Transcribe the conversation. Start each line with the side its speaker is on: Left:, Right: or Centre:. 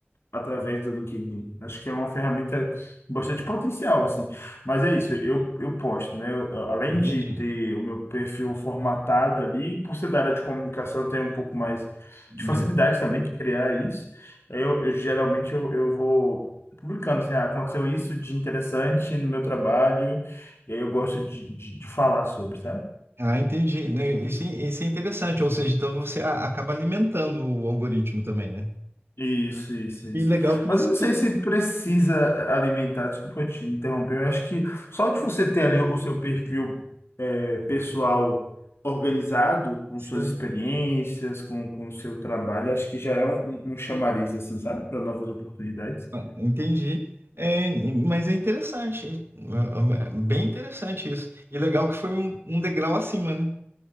Left: através do LinkedIn. Acho que é uma ferramenta bastante potencial, assim. Mas é isso, eu, eu posto, né? Eu, a- além
Right: entendi.
Left: de ter o meu perfil formatado ali, por ser da área de comunicação, eu tenho um pouco mais
Right: Entendi.
Left: de facilidade também de criar isso. Aí Eu, eu geralmente eu, eu vou publicando, assim, ah, aconteceu isso de interessante no meu trabalho, e aí eu gosto de, de, de falar sobre, sabe?
Right: Ah, entendi. Né, Isso, é- isso é interessante, ou seja, então você a- acaba alimentando o algoritmo também, né?
Left: Isso, isso, isso.
Right: E legal que
Left: Mas
Right: você
Left: eu não sei se precisa alimentar, desculpa te interromper, eu acho que só de você ter ali o seu perfil é, pessoal organizado, com
Right: Sim,
Left: suas experiências, com, com o seu trabalho, acho que já é um, um um chamariz, assim, sabe? Para novas oportunidades.
Right: ah, entendi. É, mas é interessante, é, é bem interessante isso. E legal que foi um, um degrau acima, né?